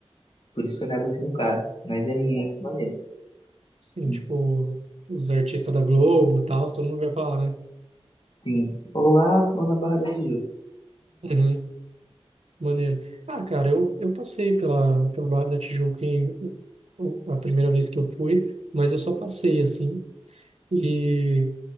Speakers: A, on the left; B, on the right.
A: Por isso que acaba sendo caro. Mas é muito maneiro.
B: Sim,
A: Sim.
B: tipo, os artistas da Globo e tal, todo mundo vai pra lá, né?
A: Sim. Ou lá, ou na Barra da Tijuca.
B: Uhum. Maneiro. Ah, cara, eu, eu passei pela, pelo Bar da Tijuca em, o- a primeira vez que eu fui, mas eu só passei, assim, e